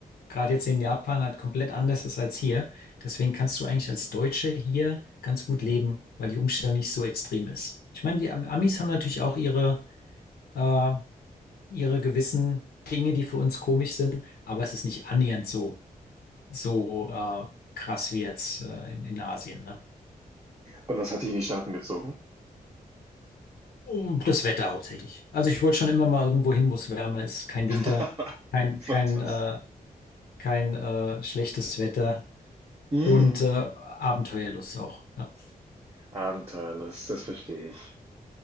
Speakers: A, on the left; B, on the right.
A: gerade jetzt in Japan, halt komplett anders ist als hier. Deswegen kannst du eigentlich als Deutscher hier ganz gut leben, weil die Umstellung nicht so extrem ist. Ich meine, die Am- Amis haben natürlich auch ihre äh, ihre gewissen Dinge, die für uns komisch sind, aber es ist nicht annähernd so, so äh, krass wie jetzt äh, in, in Asien, ne?
B: Und was hat die in die Staaten gezogen?
A: Und das Wetter hauptsächlich. Also ich wollte schon immer mal irgendwo hin, wo es wärmer ist, kein Winter,
B: <laughs>
A: kein,
B: Fantas
A: kein, äh, kein äh, schlechtes Wetter
B: Mhm.
A: und äh, Abenteuerlust auch. Ja.
B: Abenteuerlust, das verstehe ich.